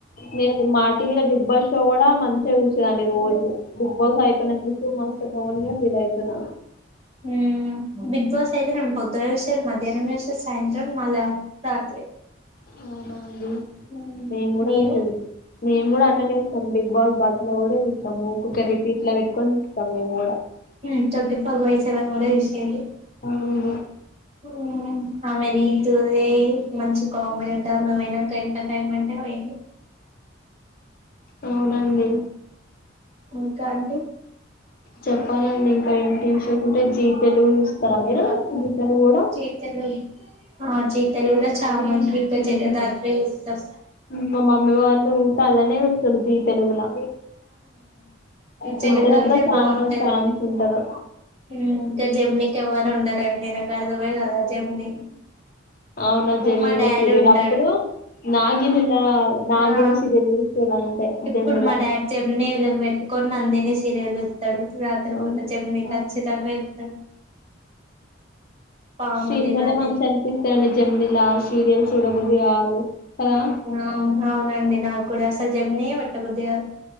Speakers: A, on the left; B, on the right.
A: నేను మా టీవీలో బిగ్ బాస్ షో కూడా మంచిగా చూసేదాన్ని రోజు బిగ్ బాస్ అయిపోయినందుకు మస్తు లోన్లీగా ఫీల్ అవుతున్నా
B: హ్మ్ బిగ్ బాస్ అయితేనమ్ భద్ర వషయ <unintelligible> మధ్యాహ్నం చేస్తాది సాయంత్రం మళ్ళ రాత్రి
A: అవునా అండి
B: హ్మ్
A: మేము కూడా
B: మీరు
A: చూసేది మేము కూడా అట్లనే చూస్తాం బిగ్ బాస్ బజ్లో కూడా చూస్తాము ఊకూకే రిపీట్లో పెట్టుకొని చూస్తాం మేము కూడా
B: హ్మ్ చెప్పు <unintelligible> సెవన్ కూడా హ్మ్ <inaudible>
A: అవును
B: ఆమె రీతూ ది మంచి కామెడీ ఉంటారు మేవైనా గంట టైమ్ అంటే వేయిరు
A: అవునండి
B: ఇంకా అండి
A: చెప్పాలండి ఇంకా ఏంటి షోస్ ఉంటే జీతెలుగు చూస్తారా మీరు జీతెలుగు కూడా
B: చీతలు ఆ జీ తెలుగులో చామంతి ఇంకా జగదాత్రీ చూస్తాం
A: మా మమ్మీ వాళ్ళు ఇంకా అలానే చూస్తారు జీ తెలుగులా జీ
B: జగదాత్రే
A: తెలుగు కూడా చాలా
B: బావు
A: మంది ఫ్యాన్స్ ఉంటారు
B: హ్మ్ రేపు నీకి ఎవ్వరు ఉండరు నేను ఒకటే రంగమే కదా జమ్ని
A: అవునా జెమిని
B: మా డాడీ
A: సీరియల్
B: ఉంటాడు
A: అప్పుడు నాగినిలా
B: ఆ
A: నాగిని
B: ఆ
A: సీరియల్ చూస్తారు అంతే
B: ఇప్పుడు
A: జెమినిలా
B: మా డాడీ జమినిల పెట్టుకున్నా నందిని సీరియల్లో <unintelligible> రాత్రి
A: అవును.
B: పూట జెమిని
A: ఆ,
B: ఖచ్చితంగా చూస్తారు పాముది
A: సినిమాలే
B: నందిని
A: మంచి అనిపిస్తాయండి జెమినిలా సీరియల్ చూడబుద్ధి కాదు కదా
B: అవును అవునండి నాకు కూడా జెమిని యే పెట్టబుద్ది కాదు